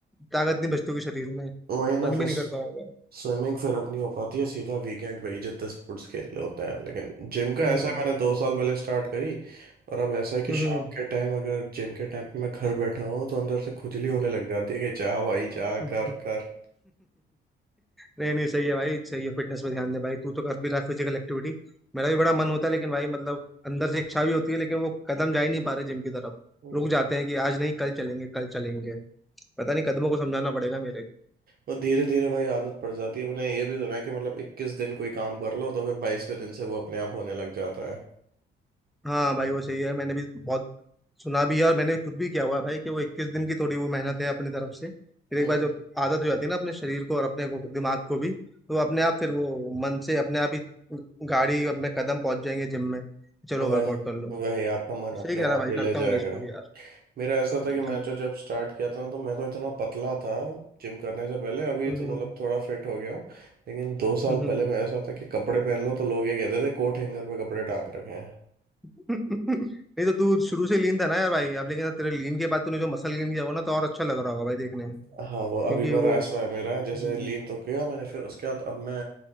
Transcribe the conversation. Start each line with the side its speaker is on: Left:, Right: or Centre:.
Centre: ताकत नहीं बचती होगी शरीर में
Right: वही ना
Centre: मन
Right: फिर
Centre: भी नहीं करता होगा
Right: स्विमिंग फिर अपनी हो पाती है सीधा वीकेंड पे ही जितने स्पोर्ट्स खेलने होते हैं लेकिन जिम का
Centre: हम्म
Right: ऐसा है मैंने दो साल पहले स्टार्ट करी और अब ऐसा है कि
Centre: हम्म
Right: शाम के टाइम अगर जिम के टाइम पे मैं घर बैठा हूँ तो अंदर से खुजली होने लग जाती है कि चाह भाई चाह
Centre: हम्म,
Right: कर कर
Centre: नहीं नहीं सही है भाई सही है फिटनेस पे ध्यान दे भाई तू तो कर भी रहा है फिजिकल एक्टिविटी मेरा भी बड़ा मन होता है लेकिन भाई मतलब अंदर से इच्छा भी होती है लेकिन वो कदम जा ही नहीं पा रहे जिम की तरफ
Right: हम्म।
Centre: रुक जाते हैं कि आज नहीं कल चलेंगे कल चलेंगे पता नहीं कदमों को समझाना पड़ेगा मेरे
Right: वो धीरे धीरे भाई आदत पड़ जाती है मैंने ये भी सुना है कि मतलब इक्कीस दिन कोई काम कर लो तो फिर बाईसवें दिन से वो अपने आप होने लग जाता है
Centre: हाँ भाई वो सही है मैंने भी बहुत सुना भी है और मैंने खुद भी किया हुआ है भाई कि वो इक्कीस दिन की थोड़ी वो मेहनत है अपनी तरफ से फिर
Right: हम्म
Centre: एक बार जब आदत हो जाती है ना अपने शरीर को और अपने को दिमाग को भी तो अपने आप फिर वो मन से अपने आप ही गाड़ी अपने कदम पहुंच जाएंगे जिम में चलो
Right: वही
Centre: वर्कआउट कर लो
Right: वही आपका मन
Centre: सही
Right: अपने
Centre: कह रहा
Right: आप
Centre: भाई
Right: ही
Centre: करता
Right: ले
Centre: हूँ
Right: जाएगा
Centre: मैं इसको भी यार
Right: मेरा ऐसा था कि
Centre: हम्म
Right: मैं तो जब स्टार्ट किया था तो मैं तो इतना पतला था जिम करने से पहले अभी
Centre: हम्म
Right: तो मतलब थोड़ा फिट हो गया हूँ लेकिन दो साल
Centre: हम्म।
Right: पहले मैं ऐसा था कि कपड़े पहन लो तो लोग ये कहते थे कोट हैंगर पे कपड़े टांग रखे हैं
Centre: <laughs> नहीं तो तू शुरू से लीन था ना यार भाई अब लेकिन तेरे लीन के बाद तूने जो मसल गेन किया होगा ना तो और अच्छा लग रहा होगा भाई देखने में
Right: <laughs> हाँ वो
Centre: क्योंकि
Right: अभी पर
Centre: वो
Right: ऐसा है मेरा
Centre: हम्म
Right: जैसे लीन तो किया मैंने फिर उसके बाद अब मैं